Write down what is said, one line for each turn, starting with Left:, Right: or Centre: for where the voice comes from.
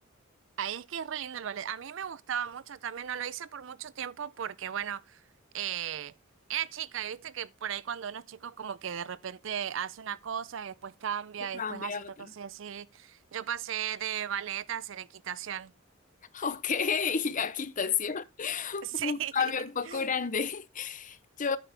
Right: Ahí es que es re lindo el ballet. A mí me gustaba mucho también, no lo hice por mucho tiempo porque, bueno, eh, era chica y viste que por ahí cuando uno es chico es como que de repente hace una cosa y después cambia
Left: Y cambié
Right: y después hace
Left: a otro.
Right: otra cosa y así. Yo pasé de ballet a hacer equitación.
Left: <laughs> Ok, aquí te hacía
Right: Sí.
Left: un cambio un poco
Right: <laughs>
Left: grande. <laughs> Yo,